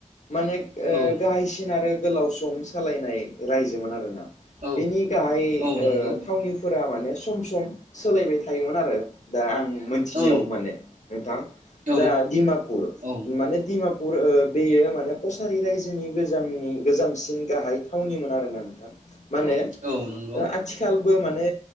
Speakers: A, on the left; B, on the right.
A: माने ओ
B: औ
A: गाहायसिन आरो गोलाव सम सालायनाय रायजोमोन आरोना
B: औ
A: बेनि गाहाय
B: औ नंगौ
A: ओ थावनिफोरा माने सम सम सोलायबाय थायोमोन आरो दा आं मोनथिनायाव
B: औ
A: माने नोंथां
B: औ
A: दिमापुर
B: औ
A: माने दि <unintelligible> पुर बेयो माने कसारि रायजोनि गोजनि गोजामसिन गाहाय थावनिमोन आरोना नोंथां। माने
B: औ नंगौ
A: आथिखाल बो माने